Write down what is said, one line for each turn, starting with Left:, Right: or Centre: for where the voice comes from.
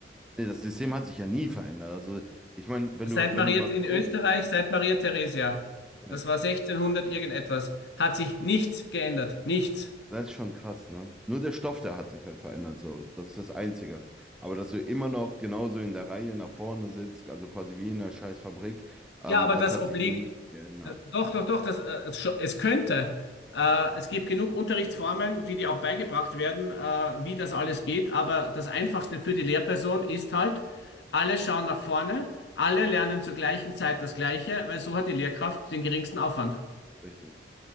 Centre: Nee, das System hat sich ja nie verändert. Also, ich meine, wenn
Left: Seit
Centre: du, wenn
Left: Maria
Centre: du mal
Left: in
Centre: guckst,
Left: Österreich, seit Maria Theresia,
Centre: ja,
Left: das war 1600 irgendetwas, hat sich nichts geändert. Nichts.
Centre: das ist schon krass, ne? Nur der Stoff, der hat sich halt verändert, so. Das ist das Einzige. Aber dass du immer noch genauso in der Reihe nach vorne sitzt, also quasi wie in einer scheiß Fabrik, ähm,
Left: Ja, aber
Centre: das
Left: das
Centre: hat
Left: obliegt,
Centre: sich nie geändert.
Left: äh, doch, doch, doch, das, äh, scho- es könnte. Äh, es gibt genug Unterrichtsformen, die dir auch beigebracht werden, äh, wie das alles geht, aber das Einfachste für die Lehrperson ist halt, alle schauen nach vorne, alle lernen zur gleichen Zeit das Gleiche, weil so hat die Lehrkraft den geringsten Aufwand.
Centre: Richtig.